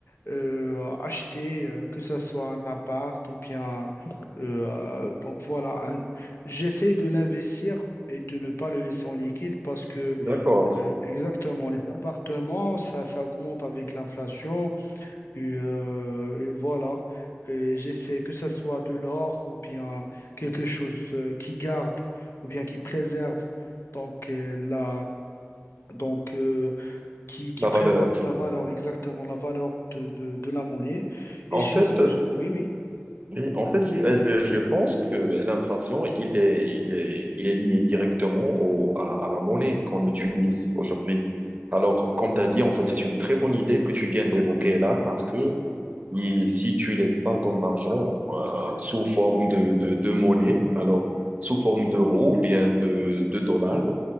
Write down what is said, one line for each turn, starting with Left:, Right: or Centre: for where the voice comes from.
Left: euh, acheter, euh, que ce soit un appart ou bien euh, donc voilà, un- j'essaie de l'investir et de ne pas le laisser en liquide parce que
Right: D'accord.
Left: euh, exactement, les appartements, ça, ça augmente avec l'inflation et, euh, et voilà. Et j'essaie que ce soit de l'or ou bien quelque chose euh, qui garde ou bien qui préserve donc euh, la donc euh, qui, qui
Right: La
Left: préserve
Right: valeur, j'aime.
Left: la valeur exactement la valeur de, de, de la monnaie
Right: En
Left: et je suis
Right: fait,
Left: ce que je- oui oui
Right: Oui, En fait, j'y- euh, je, je pense que l'inflation, il est, il est, il est lié directement au, à, à la monnaie qu'on utilise aujourd'hui. Alors, comme tu as dit, en fait, c'est une très bonne idée que tu viens d'évoquer là parce que il- si tu laisses pas ton argent euh, sous forme de, de, de monnaie, alors sous forme d'euros ou bien de, de dollars,